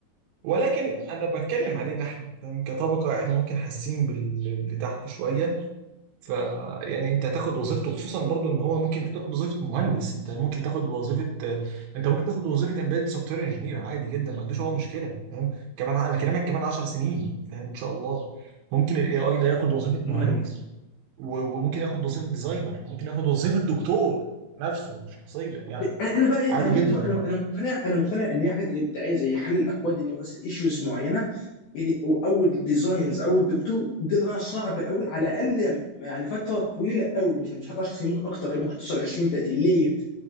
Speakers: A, on the right; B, on the left.
A: ولكن انا بتكلم علينا احنا فاهم كطبقه احنا ممكن حاسين باللي تحت شويه ف يعني انت تاخد وظيفته خصوصا برضو ان هو ممكن تاخد وظيفه مهندس انت ممكن تاخد وظيفه انت ممكن تاخد وظيفه امبيد سوفت وير انجينير عادي جدا ما عندوش هو مشكله فاهم كمان انا بكلمك كمان 10 سنين فاهم ان شاء الله ممكن الاي اي ده ياخد وظيفه مهندس
B: امم
A: و- وممكن ياخد وظيفه ديزاينر ممكن ياخد وظيفه دكتور نفسه شخصيا يعني
B: انا بقى إيه،
A: عادي
B: انا ممكن
A: جدا
B: بقى انا انا مقتنع انا مقتنع ان هي حاجات الابداعيه زي حل الاكواد ان مثلا ايشوز معينه ال- او الديزاينز او الدكتور ده بقى صعب قوي على الاقل يعني فتره طويله قوي مش مش حتى 10 سنين ممكن اكتر كان ممكن توصل 20 30 ليه؟